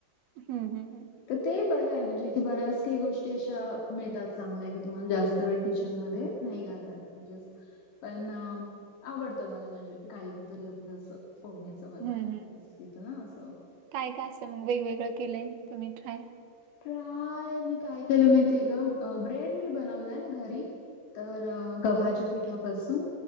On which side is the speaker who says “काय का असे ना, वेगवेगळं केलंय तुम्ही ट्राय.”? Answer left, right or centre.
Right